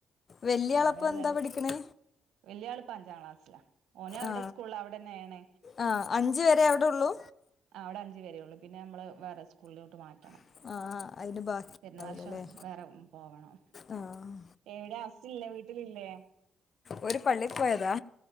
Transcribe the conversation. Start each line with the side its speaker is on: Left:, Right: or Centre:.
Left: വല്യ
Right: അങ്ങനെ
Left: ആളപ്പ
Right: ഏത്‌യാലും
Left: എന്താ പഠിക്കണേ
Right: വലിയ ആളിപ്പ അഞ്ചാം ക്ലാസ്സിലാ ഓന് അവിടെ
Left: ആ
Right: സ്കൂളിലാ അവിടന്നേണ്
Left: ആ അഞ്ച് വരേ അവിടൊള്ളൂ
Right: ആ അവിടെ അഞ്ച് വരേ ഉള്ളൂ പിന്നെ നമ്മള് വേറെ സ്കൂളിലോട്ട് മാറ്റണം
Left: ആ ആ അതിന് ബാക്കി
Right: പിന്ന
Left: ഉണ്ടാവൂലല്ലേ
Right: വർഷം വേറെ പോവണം
Left: ആ
Right: എവിടെ ഹസില്ലേ വീട്ടിലില്ലേ?
Left: ഓര് പള്ളീ പോയതാ